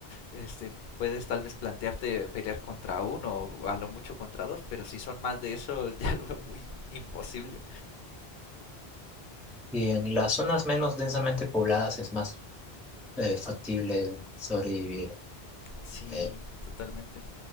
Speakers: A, on the left; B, in the centre.
A: Este, puedes tal vez plantearte pelear contra uno o a lo mucho contra dos, pero si son más de eso <laughs> ya lo veo muy imposible.
B: Y en las zonas menos densamente pobladas es más eh, factible sobrevivir.
A: Sí,
B: Eh,
A: totalmente.